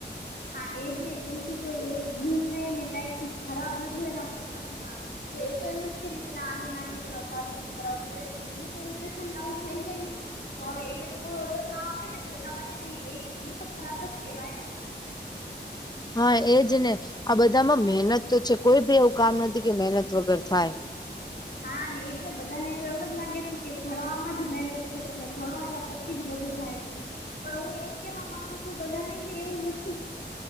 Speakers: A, on the left (about 60°); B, on the left (about 20°).
A: હા એજ ને બધુંઈ કેમ કે કોઈ એક ભૂલ થઈ ને કઈક ખરાબ લગ્યું એના પ્રસંગમાં. તો એ તો એમ જ કે ને કે ના આને ના કે જો સારું નથ કરાવતું તો એની એની તો ઇમ્પ્રેશન ડાઉન થઈ ગઈ ને. તો હવે એને તો કોઈ ઓર્ડર ના આપે ને તો એના માટે બી એક ઈ તો ખરાબ જ કેવાય ને.
B: હા એજ ને આ બધામાં મે હેનત તો છે કોઈ બી એવું કામ નથી કે મેહેનત વગર થાય.
A: હા ને એ જ ને બધા ને તો એમ જ લાગે છે કે ભણવામાં જ મેહેનત છે તમે ભણો એના પછી છી જ બધું થાય છે, પણ હું એ કેવા માંગુ છું બધાને કે એવું નથી.